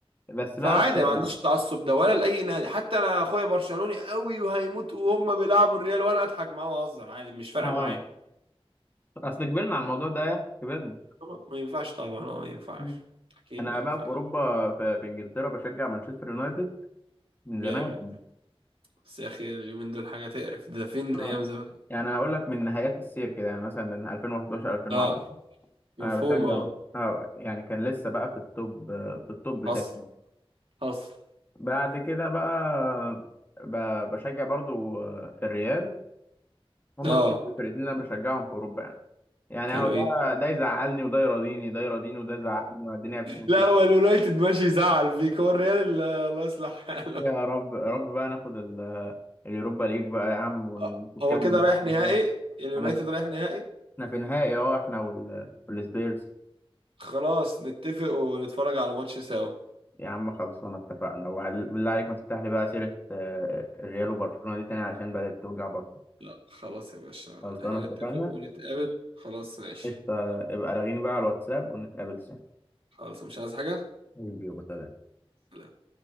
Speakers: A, on the left (about 20°); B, on the right (about 65°).
A: بس
B: فعادي
A: بقى في...
B: ما عنديش تعصب ده ولا لأي نادي حتى أنا أخويا برشلوني قوي وهيموت وهم بيلعبوا الريال وأنا أضحك معاه وأهزر عادي مش فارقة
A: اه
B: معايا
A: اصل كبرنا على الموضوع ده يا اخي كبرنا
B: طبعا ما ينفعش طبعا اه ما ينفعش
A: مم.
B: أكيد
A: انا
B: ما ينفعش
A: بقى في اوروبا في, في انجلترا بشجع مانشستر يونايتد من
B: جامد
A: زمان يعني
B: بس يا أخي اليومين دول حاجة تقرف ده فين
A: اه
B: أيام زمان
A: يعني هقول لك من نهايات السير كده يعني مثلا من 2011 2010
B: اه مفهوم
A: انا بشجع
B: اه
A: اه يعني كان لسه بقى في التوب في التوب بتاعي
B: حصل حصل
A: بعد كده بقى ب- بشجع برضو آه، الريال هما
B: اه
A: دول الفرقتين اللي انا بشجعهم في اوروبا يعني يعني
B: حلوين
A: هو ده ده يزعلني وده يراضيني ده يراضيني وده يزعلني والدنيا بتمشي
B: لا
A: يعني.
B: هو اليونايتد ماشي يزعل فيك هو الريال اللي- الله يصلح حاله
A: يا رب يا رب بقى ناخد ال- اليوروبا ليج بقى يا عم ونتكلم
B: آه، هو كده
A: من الناحية
B: رايح نهائي
A: دي شوية.
B: اليونايتد
A: انا في-
B: رايح نهائي
A: احنا في نهائي اه احنا وال- والسبيرز
B: خلاص نتفق ونتفرج على الماتش سوا
A: يا عم خلصانه اتفقنا وعل- بالله عليك ما تفتح لي بقى سيره آه، الريال وبرشلونه دي تاني عشان بدات توجع برشلونه
B: لا خلاص يا باشا
A: خلصانه
B: احنا
A: اتفقنا
B: نتفق ونتقابل خلاص ماشي
A: قشطة، يبقى لاغيني بقى على الواتساب ونتقابل سوا
B: خلاص مش عايز حاجة
A: حبيبي يا ابو سلام
B: لا